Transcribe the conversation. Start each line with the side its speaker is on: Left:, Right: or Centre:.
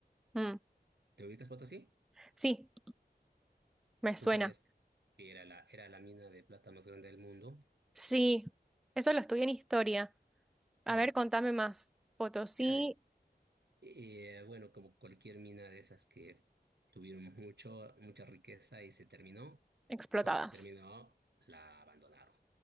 Centre: Mm.
Right: ¿Te ubicas Potosí?
Centre: Sí, me suena.
Right: ¿Tú sabías que era la, era la mina de plata más grande del mundo?
Centre: Sí, eso lo estudié en historia. A
Right: Ah,
Centre: ver, contame más. Potosí
Right: era, eh, bueno, como cualquier mina de esas que tuvieron mucho, mucha riqueza y se terminó.
Centre: explotadas.
Right: Cuando se terminó, la abandonaron.